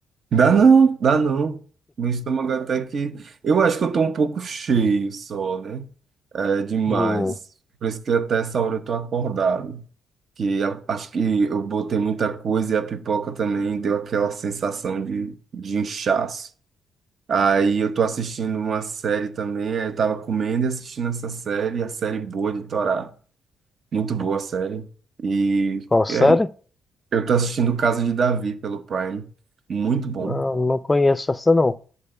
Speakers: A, on the right; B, on the left.
A: Dá não, dá não. Meu estômago até que. Eu acho que eu tô um pouco cheio só, né? É demais.
B: Hum,
A: Por isso que até essa hora eu tô acordado. que a- acho que eu botei muita coisa e a pipoca também deu aquela sensação de, de inchaço. Aí eu tô assistindo uma série também, aí eu tava comendo e assistindo essa série, a série boa de Torá. Muito boa a série. E
B: qual série?
A: é, eu tô assistindo Casa de Davi pelo Prime. Muito bom.
B: Não, não conheço essa, não.